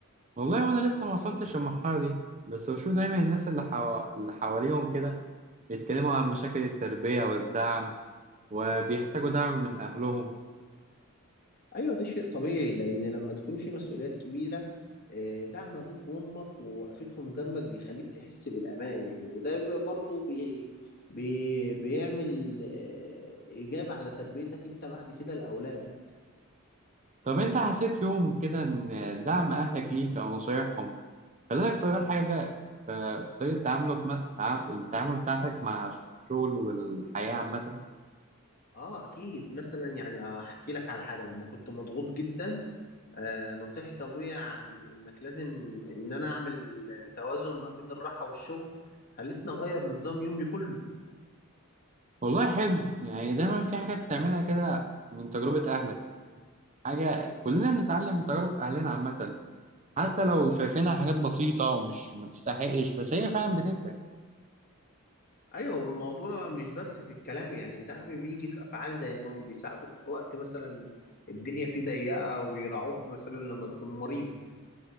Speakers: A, on the right (about 35°); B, on the left (about 45°).
A: والله وأنا لسه ما وصلتش للمرحلة دي بس بشوف دايما الناس اللي حو... اللي حواليهم كده يتكلموا عن مشاكل التربية والدعم وبيحتاجوا دعم من أهلهم
B: أيوة ده شيء طبيعي لأن لما تكون في مسؤوليات كبيرة آه دعم أبوك وأمك ووقفتهم جنبك بيخليك تحس بالأمان يعني وده بي- برضه بي بي بيعمل آه إيجاب على تربيتك أنت بعد كده لأولادك
A: طب أنت حسيت يوم كده إن دعم أهلك ليك أو نصايحهم خلي بالك طبعا حاجة ف- في طريقة تعاملك ما- تع- التعامل بتاعتك مع الشغل والحياة عامة
B: اه اكيد مثلا يعني احكي لك على حاجه لما كنت مضغوط جدا آه نصيحة ابويا عن انك لازم ان انا اعمل توازن ما بين الراحه والشغل خلتني اغير نظام يومي كله
A: والله حلو يعني دايما في حاجة بتعملها كده من تجربة أهلك حاجة كلنا بنتعلم من تجارب أهلنا عامة حتى لو شايفينها حاجات بسيطة ومش ما تستحقش بس هي فعلا بتفرق
B: ايوه والموضوع مش بس في الكلام يعني الدعم بيجي في افعال زي انهم بيساعدوك في وقت مثلا الدنيا فيه ضيقه ويراعوك مثلا لما تكون مريض